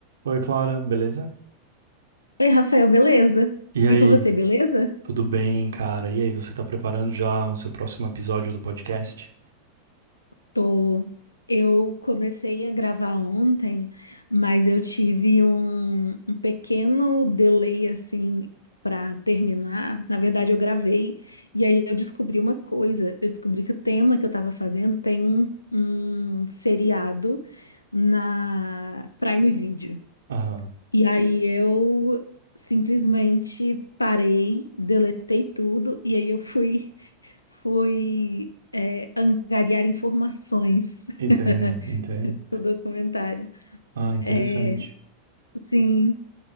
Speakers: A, on the right (about 65°); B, on the left (about 80°).
A: Oi, Clara, beleza?
B: Oi, Rafael, beleza?
A: E aí,
B: E com você, beleza?
A: tudo bem, cara? E aí, você tá preparando já o seu próximo episódio do podcast?
B: Tô. Eu comecei a gravar ontem, mas eu tive um, um pequeno delay assim para terminar. Na verdade, eu gravei e aí eu descobri uma coisa. Eu descobri que o tema que eu estava fazendo tem um, um seriado na Prime Video.
A: Aham,
B: E aí eu simplesmente parei, deletei tudo e aí eu fui Fui, é, angariar informações
A: entendo,
B: <laughs>
A: entendo.
B: do documentário.
A: Ah, interessante.
B: É, sim.